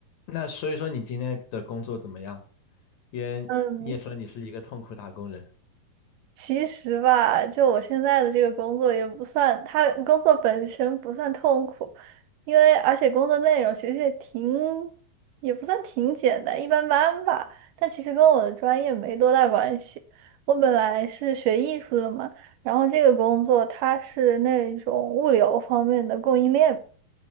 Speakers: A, on the left (about 65°); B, on the right (about 80°).
A: 那所以说你今天的工作怎么样？因为你也说你是一个痛苦打工人
B: 嗯，其实吧，就我现在的这个工作也不算，它工作本身不算痛苦，因为而且工作内容其实也挺，也不算挺简单，一般般吧。但其实跟我的专业没多大关系。我本来是学艺术的嘛，然后这个工作它是那种物流方面的供应链。